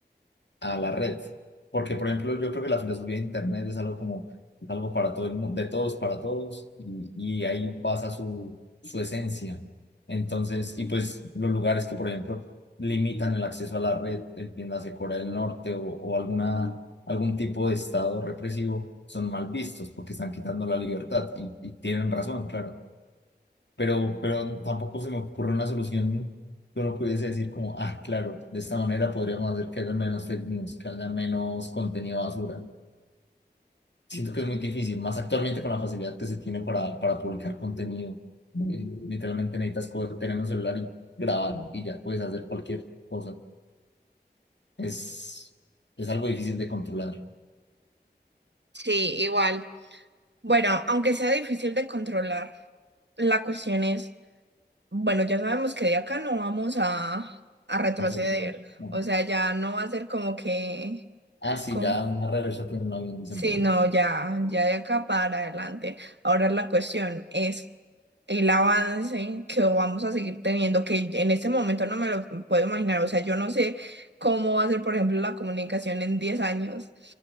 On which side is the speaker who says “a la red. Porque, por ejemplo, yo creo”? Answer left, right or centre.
Left